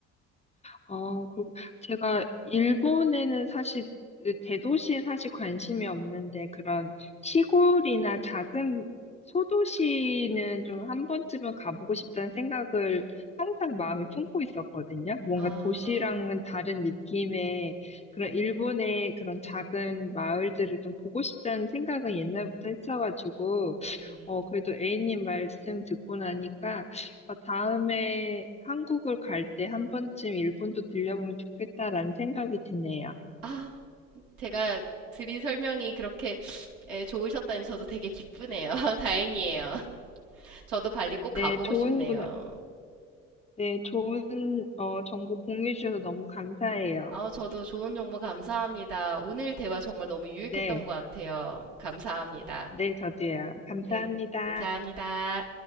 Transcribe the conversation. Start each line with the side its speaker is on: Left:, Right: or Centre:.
Left: 어, 그, 제가 일본에는 사실 그 대도시에 사실 관심이 없는데 그런 시골이나 작은 소도시는 좀 한 번쯤은 가보고 싶다는 생각을 항상 마음에 품고 있었거든요. 뭔가
Right: 아,
Left: 도시랑은 다른 느낌의 그런 일본의 그런 작은 마을들을 좀 보고 싶다는 생각은 옛날부터 했어가지고
Right: 네.
Left: 어, 그래도 A님 말씀 듣고 나니까 어, 다음에 한국을 갈 때 한 번쯤 일본도 들려보면 좋겠다라는 생각이 드네요.
Right: 아, 제가 드린 설명이 그렇게 예, 좋으셨다니 저도 되게 기쁘네요. <laughs> 다행이에요. 저도 발리 꼭 가보고
Left: 네, 좋은
Right: 싶네요.
Left: 구 네, 좋은 어, 정보 공유해 주셔서 너무 감사해요.
Right: 아, 저도 좋은 정보 감사합니다. 오늘 대화 정말 너무 유익했던
Left: 네,
Right: 것 같아요. 감사합니다.
Left: 네, 저도요. 감사합니다.
Right: 네, 감사합니다.